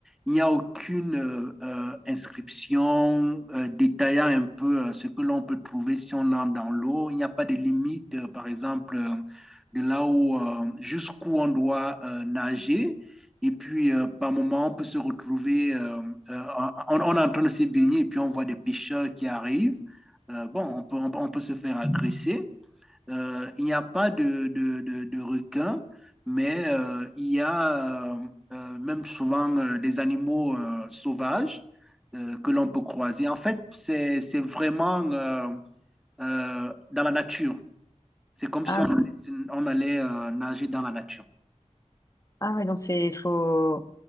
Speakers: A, in the centre; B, on the left.
A: il n'y a aucune euh, euh, inscription euh, détaillant un peu euh, ce que l'on peut trouver si on entre dans l'eau. Il n'y a pas de limite, euh, par exemple, euh, de là où, euh, jusqu'où on doit euh, nager. Et puis, euh, par moment, on peut se retrouver, euh, euh, on, on est en train de se baigner et puis on voit des pêcheurs qui arrivent. Euh, bon, on peut, on peut- on peut se faire agresser. Euh, il n'y a pas de, de, de, de requins, mais euh, il y a euh, euh, même souvent euh, des animaux euh, sauvages euh, que l'on peut croiser. En fait, c'est, c'est vraiment euh, euh, dans la nature. C'est comme
B: Ah,
A: si on allait, on allait, euh, nager dans la nature.
B: ah ouais, donc c'est. Faut.